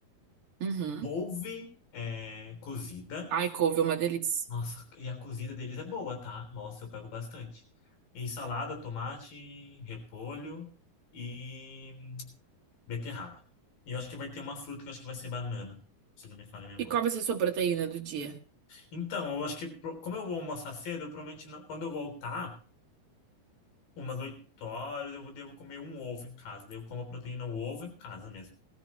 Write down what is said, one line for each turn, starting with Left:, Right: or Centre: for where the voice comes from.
Right: Uhum.
Left: couve é, cozida,
Right: Ai, couve é uma delícia.
Left: nossa, e a cozida deles é boa, tá? Nossa, eu pego bastante. E salada, tomate, repolho e hum, beterraba. E eu acho que vai ter uma fruta que eu acho que vai ser banana, se não me falha a memória.
Right: E qual vai ser a sua proteína do dia?
Left: Então, eu acho que, pro- como eu vou almoçar cedo, eu prometi, quando eu voltar, umas oito horas, eu vou- devo comer um ovo em casa. Daí eu como a proteína, o ovo em casa mesmo.